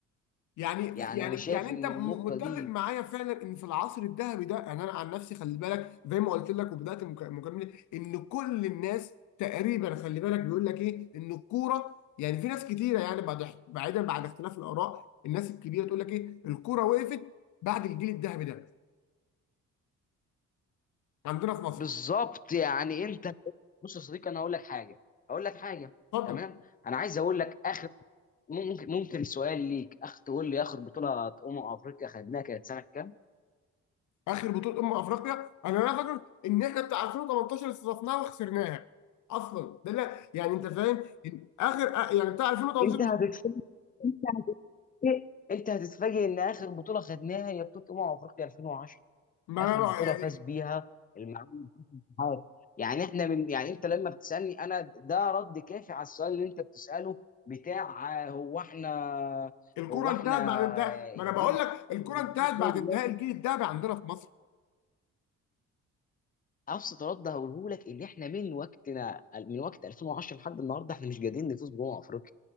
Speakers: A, on the left (about 75°); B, on the left (about 30°).
A: يعني
B: يعني
A: يعني
B: انا شايف
A: يعني انت
B: ان
A: م-
B: النقطه
A: متفق
B: دي
A: معايا فعلا ان في العصر الذهبي ده يعني انا عن نفسي خلي بالك زي ما قلت لك وبدات مك- مكالمتي ان كل الناس تقريبا خلي بالك بيقول لك ايه ان الكوره يعني في ناس كتيره يعني بعد بعيدا بعد اختلاف الاراء الناس الكبيره تقول لك ايه الكوره وقفت بعد الجيل الذهبي ده عندنا في مصر
B: بالظبط يعني انت بص يا صديقي انا هقول لك حاجه هقول لك حاجه
A: اتفضل
B: تمام انا عايز اقول لك اخر ممكن ممكن سؤال ليك اخ تقول لي اخر بطوله امم افريقيا خدناها كانت سنه كام
A: اخر بطوله امم افريقيا انا لا فاكر ان احنا بتاع 2018 استضفناها وخسرناها اصلا ده لا يعني انت فاهم اخر يعني بتاع 2018
B: انت هتتفاجئ انت هتتفاجئ انت هتتفاجئ ان اخر بطوله خدناها هي بطوله امم افريقيا 2010
A: ما
B: اخر
A: انا
B: بطوله
A: بقى- يعني
B: فاز بيها المعلم في الاتحاد يعني احنا من يعني انت لما بتسالني انا ده رد كافي على السؤال اللي انت بتساله بتاع آه، هو احنا
A: الكوره
B: هو احنا
A: انتهت بعد انتهاء
B: الجيل
A: ما انا بقول لك الكوره
B: الجديد
A: انتهت بعد
B: زي دلوقتي
A: انتهاء الجيل الذهبي عندنا في مصر
B: ابسط رد هقوله لك ان احنا من وقتنا من وقت 2010 لحد النهارده احنا مش قادرين نفوز بأمم افريقيا